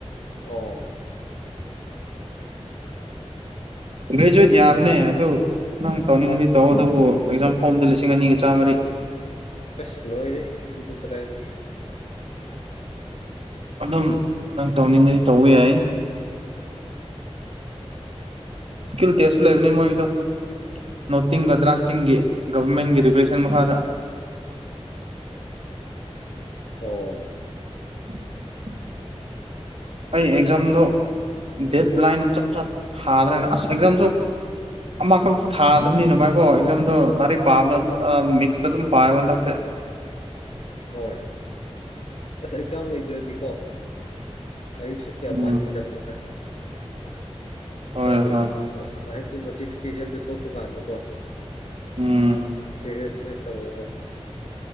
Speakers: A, on the left; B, on the right.
A: ꯑꯣ
B: ꯒ꯭ꯔꯦꯖꯨꯌꯦꯠ ꯌꯥꯕꯅꯦ ꯑꯗꯨ ꯅꯪ ꯇꯧꯅꯤꯡꯉꯗꯤ ꯇꯧꯑꯣ ꯑꯗꯨꯕꯨ ꯑꯦꯛꯖꯥꯝ ꯐꯣꯝꯗꯨ ꯂꯤꯁꯤꯡ ꯑꯅꯤꯒ ꯆꯥꯝꯃꯔꯤ <unintelligible>
A: ꯑꯁ ꯂꯣꯏꯔꯦ ꯑꯗꯨꯗꯤ ꯀꯗꯥꯏꯗꯒꯤ
B: ꯑꯗꯨꯝ ꯅꯪ ꯇꯧꯅꯤꯡꯉꯗꯤ ꯇꯧꯕ ꯌꯥꯏ ꯏꯁꯀꯤꯜ ꯇꯦꯁꯁꯨ ꯂꯩꯕꯅꯦ ꯃꯣꯏꯗꯣ ꯅꯣꯇꯤꯡꯒ ꯗ꯭ꯔꯥꯐꯇꯤꯡꯒꯤ ꯒꯚꯔꯃꯦꯟꯒꯤ ꯔꯤꯒꯨꯂꯦꯁꯟ ꯃꯈꯥꯗ <unintelligible>
A: ꯑꯣ
B: <inaudible> ꯑꯩ ꯑꯦꯛꯖꯥꯝꯗꯣ ꯗꯦꯠ ꯂꯥꯏꯟ ꯆꯞ ꯆꯥ ꯊꯥꯗ꯭ꯔꯦꯅ ꯑꯁ ꯑꯦꯛꯖꯥꯝꯁꯨ ꯑꯃꯈꯛ ꯊꯥꯗꯝꯅꯤꯅ ꯚꯥꯏꯀꯣ ꯑꯦꯛꯖꯥꯝꯗꯣ ꯂꯥꯏꯔꯤꯛ ꯄꯥꯕꯗ ꯑꯗꯨ ꯑ ꯃꯤꯛꯁꯇ ꯑꯗꯨꯝ ꯄꯥꯏꯑꯦꯕ ꯍꯟꯗꯛꯁꯦ <unintelligible>
A: ꯍꯣꯏ ꯑꯁ ꯑꯦꯛꯖꯥꯝ ꯂꯩꯇ꯭ꯔꯗꯤꯀꯣ ꯂꯥꯏꯔꯤꯛꯁꯨ ꯀꯌꯥ
B: ꯎꯝ
A: ꯄꯥꯅꯤꯡꯗꯕꯅꯤꯗ
B: ꯍꯣꯏ
A: ꯑꯦꯛꯖꯥꯝ ꯂꯩꯕ
B: ꯍꯣꯏ
A: ꯀꯥꯟꯗ ꯍꯥꯏꯕꯗꯤ ꯅꯣꯇꯤꯐꯤꯀꯦꯁꯟꯗꯨ ꯊꯣꯛꯄ ꯀꯥꯟꯗꯀꯣ
B: ꯎꯝ
A: ꯁꯦꯔꯦꯁꯅꯦꯁ ꯇꯧꯋꯦꯕ